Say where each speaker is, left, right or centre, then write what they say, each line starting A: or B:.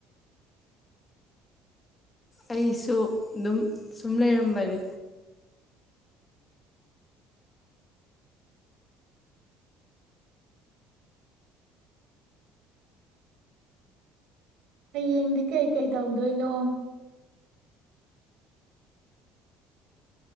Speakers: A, on the left; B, on the right.
A: ꯑꯩꯁꯨ ꯑꯗꯨꯝ ꯁꯨꯝ ꯂꯩꯔꯝꯕꯅꯦ꯫
B: ꯍꯌꯦꯡꯗꯤ ꯀꯩꯀꯩ ꯇꯧꯗꯣꯏꯅꯣ